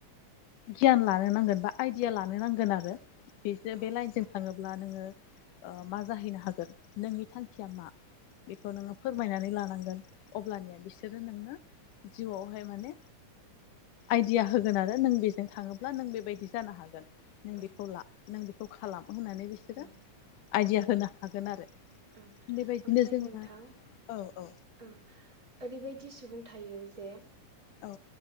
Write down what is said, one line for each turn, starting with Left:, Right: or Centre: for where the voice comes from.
Left: गियान लानो नांगोन बा आय खुया लानो नांगोन आरो बेजों
Right: औ
Left: बे लाइनजों थाङोब्ला नोङो मा जाहैनो हागोन। नोंनि थांखिया मा बेखौ नोङो फोरमायनानै लानांगोन अब्लानिया बिसोरो नोंङो जिउआवहाय माने आइडिया होगोन आरो नों बेजों थाङोब्ला नों बे बेबायायदि जानो हागोन नों
Right: औ
Left: बेखौ ला नों बेखौ खालाम होननानै बिसोरो
Right: ओं
Left: आइडिया होनो हागोन आरो
Right: ओ
Left: बेबायदिनो
Right: ओमफ्राय
Left: जोङो
Right: नोंथांओ
Left: औ औ
Right: ओै ओरैबायदि सुबुं थायो जे
Left: औ